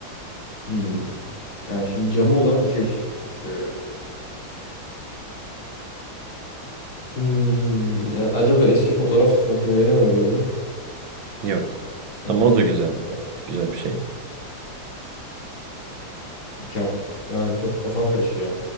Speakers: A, on the left; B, on the right.
A: Hmm. Yani şimdi camı olan bir şey. Ee, hmm, Yani acaba eski fotoğraf makineleri olabilir mi?
B: Yok.
A: Onlar.
B: Ama o da güzel.
A: Onlar
B: Güzel bir şey.
A: Cam. Yani çok kafam karışıyor.